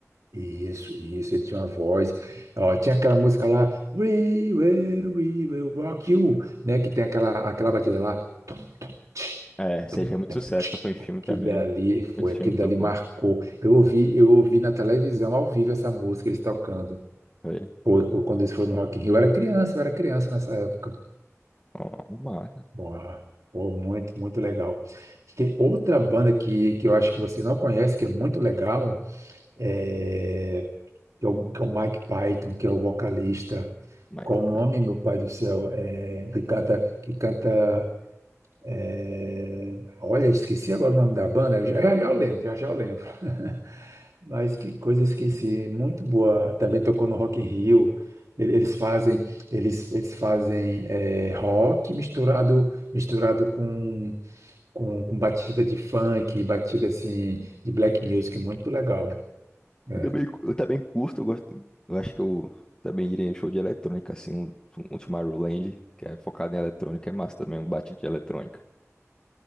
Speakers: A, on the right (about 85°); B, on the left (about 15°).
A: Isso, isso, ele tinha uma voz. Ó, tinha aquela música lá, We Will, We Will Rock You, né? Que tem aquela, aquela batida lá. Tum, tum, tch,
B: É, isso
A: tum,
B: aí fez muito
A: tum,
B: sucesso.
A: tch.
B: Tocou em filme
A: Aquilo
B: também.
A: dali foi,
B: Muito filme
A: aquilo
B: tocou.
A: dali marcou. Eu ouvi, eu ouvi na televisão ao vivo essa música, eles tocando.
B: Foi.
A: Foi quando eles foram no Rock in Rio. Eu era criança, eu era criança nessa época.
B: Ó, Uma...
A: Boa, pô, muito, muito legal. Tem outra banda que, que eu acho que você não conhece, que é muito legal. é que é o, que é o Mike Python, que é o vocalista.
B: Como é
A: Qual
B: que
A: o nome,
B: pode?
A: meu pai do céu? É, que canta, que canta. é, olha, esqueci agora o nome da banda. Já já, já eu lembro, já já eu lembro. <laughs> Mas que coisa esqueci. Muito boa. Também tocou no Rock in Rio. Ele- Eles fazem, eles, eles fazem é, rock misturado misturado com, com, com batida de funk, batida assim de black music, muito legal. né?
B: Eu também, eu também curto, eu gosto. Eu acho que eu também iria em show de eletrônica, assim, um, um Tomorrowland, que é focado em eletrônica, é massa também, um bate de eletrônica.